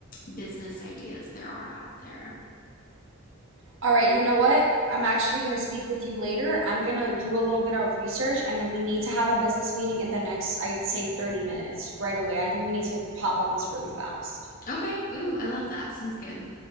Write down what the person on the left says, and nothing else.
business ideas there are out there.
Okay. Ooh, I love that. Sounds good.